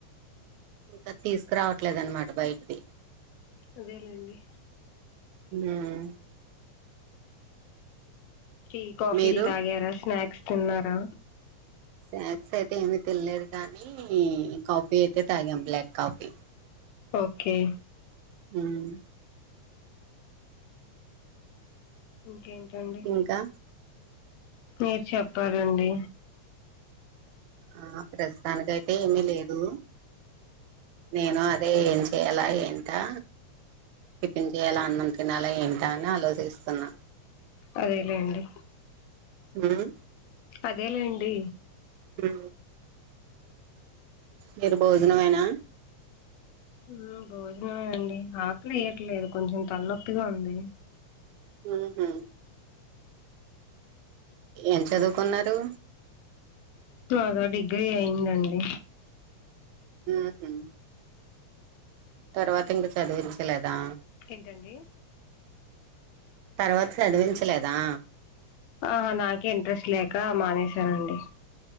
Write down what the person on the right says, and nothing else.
ఇంకా తీసుకురావట్లేదు అనమాట బయటిది
మ్మ్
మీరు
స్నాక్స్ అయితే ఏమి తిన్లేదు కానీ కాఫీ అయితే తాగాం బ్లాక్ కాఫీ
హ్మ్
ఇంకా
ఆ ప్రస్తుతానికి అయితే ఏమి లేదు నేను అదే ఏం చెయాల ఏంటా టిఫిన్ చేయాల అన్నం తినాలా ఏంటా అని ఆలోచిస్తున్నా
మ్మ్
మ్ మీరు భోజనమేనా
మ్ హు ఏం చదువుకున్నారు
మ్ హు తర్వాత ఇంక చదివించలేదా
తర్వాత చదివించలేదా